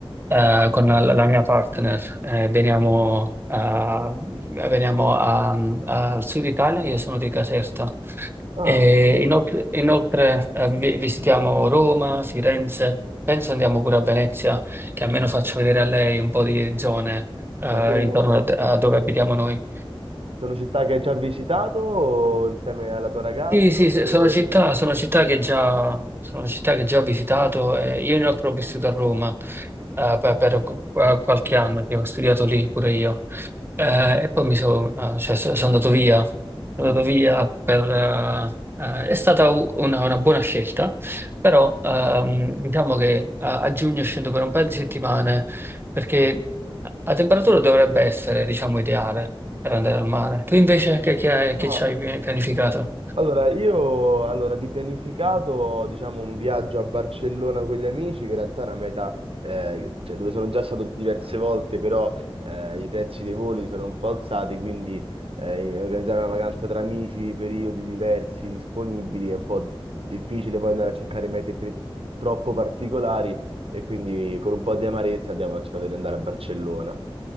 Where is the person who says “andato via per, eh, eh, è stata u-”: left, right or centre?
Right